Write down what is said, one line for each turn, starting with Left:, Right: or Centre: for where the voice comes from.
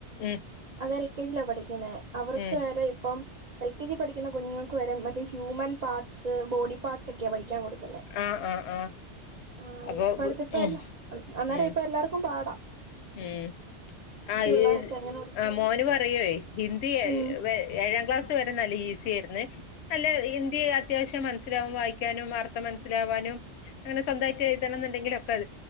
Left: ഉം
Right: അത് എൽ കെ ജിയിലാണ് പഠിക്കുന്നത് അവർക്ക്
Left: ഉം
Right: വേറെ ഇപ്പം എൽ കെ ജി പഠിക്കുന്ന കുഞ്ഞുങ്ങൾക്ക് വരെ മറ്റേ ഹ്യൂമൻ പാർട്സ് ബോഡി പാട്സ് ഒക്ക പിക്കാ കൊടുും
Left: ആഹ് ആഹ് ആഹ്
Right: ആ
Left: അപ്പൊ
Right: ഇപ്പടുത്തിപ്പ
Left: ഉം
Right: എല്ലാ അന്നേരം
Left: ഉം
Right: ഇപ്പ എല്ലാവർക്കും പാടാം
Left: ഉം ആ
Right: പിള്ളോരൊക്കെ
Left: ഈ
Right: അങ്ങനെ പഠിക്കാന്
Left: ആ മോന് പറയുവേ ഹിന്ദി
Right: ഉം
Left: ഏഴാം ക്ലാസ് നല്ല ഈ ആല്ല ഇയ അത്യാവശ്യംനില വായിക്കാനും അത്ംനസിലാനും അങ്ങനെ സ്വന്തായിട്ട് എഴുതണം ന്നുണ്ടെങ്കില ഒക്കെ അത്